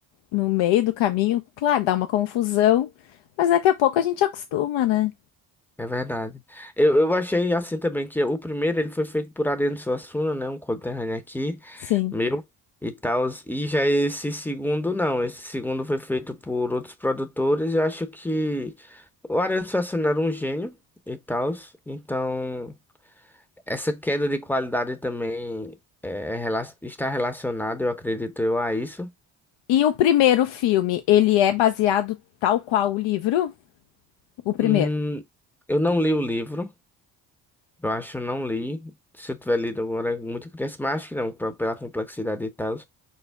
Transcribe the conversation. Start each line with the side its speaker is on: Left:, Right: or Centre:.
Left: no meio do caminho, claro, dá uma confusão, mas daqui a pouco a gente acostuma, né?
Centre: É verdade. Eu, eu achei assim também que o primeiro ele foi feito por Ariano Suassuna, né, um conterrâneo aqui,
Left: Sim.
Centre: meu e tal. E já esse segundo não, esse segundo foi feito por outros produtores. Eu acho que o Ariano Suassuna era um gênio e tal, então. Essa queda de qualidade também eh, é rela- está relacionada, eu acredito eu, a isso.
Left: E o primeiro filme, ele é baseado tal qual o livro? O primeiro.
Centre: Hum, eu não li o livro, eu acho que eu não li. Se eu tiver lido agora, é muito criança, mas acho que não, pra- pela complexidade e tal.